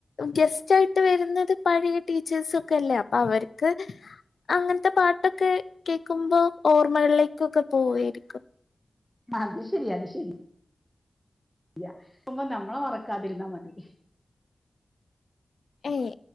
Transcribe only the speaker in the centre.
അത് ശരി അത് ശരി കിട്ടുമ്പോ നമ്മളെ മറക്കാതിരുന്നാ മതി